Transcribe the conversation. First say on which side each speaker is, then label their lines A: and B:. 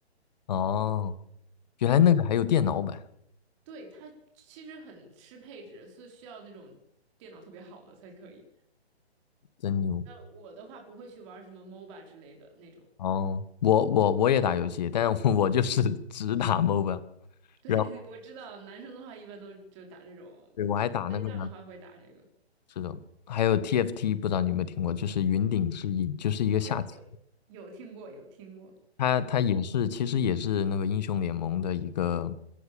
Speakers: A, on the left (about 40°); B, on the right (about 25°).
A: 哦，原来那个还有电脑版，
B: 对，它其实很吃配置，是需要那种电脑特别好的才可以。
A: 真牛！
B: 那我的话不会去玩什么 MOBA 之类的那种。
A: 哦，我我我也打游戏，但是我就是 <laughs> 只打 m o b i l e
B: 对，
A: 然后
B: <laughs> 我知道男生的话一般都就打这种，我对象的话会打这个。
A: 对我还打那个呢，这种，还有 TFT，不知道你有没有听过，就是云顶之弈，就是一个下棋。
B: 啊，有有听过，有听过。
A: 它它也是，其实也是那个英雄联盟的一个